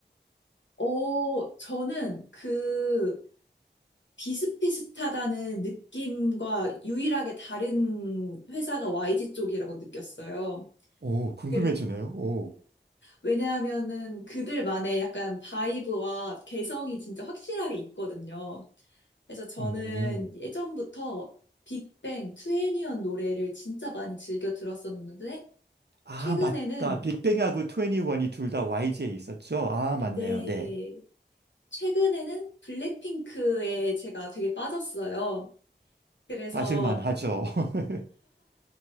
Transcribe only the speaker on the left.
어, 저는 그 비슷비슷하다는 느낌과 유일하게 다른 회사가 YG 쪽이라고 느꼈어요.
그래-
왜냐하면은 그들만의 약간 바이브와 개성이 진짜 확실하게 있거든요. 그래서 저는
예전부터 빅뱅, 투애니언 노래를 진짜 많이 즐겨 들었었는데,
최근에는,
네,
최근에는 블랙핑크에 제가 되게 빠졌어요. 그래서